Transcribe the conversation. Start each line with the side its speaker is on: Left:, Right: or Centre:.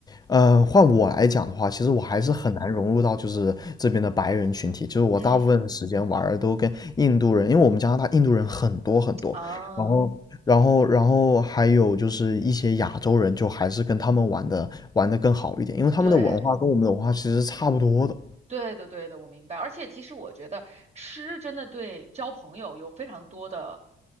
Left: 呃，换我来讲的话，其实我还是很难融入到就是这边的白人群体。
Right: 嗯
Left: 就是我大部分时间玩儿都跟印度人，
Right: 嗯
Left: 因为我们加拿大印度人很多很多，
Right: 啊，
Left: 然后然后然后还有就是一些亚洲人，就还是跟他们玩的玩的更好一点，因为他们的文化跟我们的文化其实是差不多的。
Right: 对。对的，对的，我明白。而且其实我觉得吃真的对交朋友有非常多的